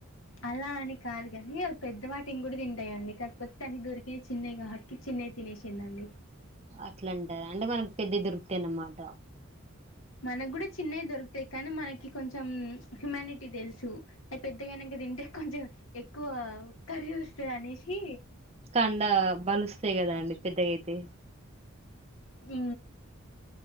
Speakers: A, on the left; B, on the right.
A: అలా అని కాదు గాని అవి పెద్ద వాటిని కూడా తింటాయండి కాకపోతే తన దొరికి చిన్నయి వాటికి చిన్ ని తినేసిందండి
B: అట్లంటారా అంటే మనకు పెద్దయి దొరుకుతాయన్నమాట
A: మనగుడా చిన్నయి దొరుకుతాయి కాని మనకి కొంచెం హ్యూమానిటీ తెల్స్ చు అవి పెద్దగైనంక ఇంక తింటే కొంచెం ఎక్కువ కర్రీ వస్తది అనేసి
B: కండ బలుస్తాయి కదండి పెద్దగైతే
A: ఊ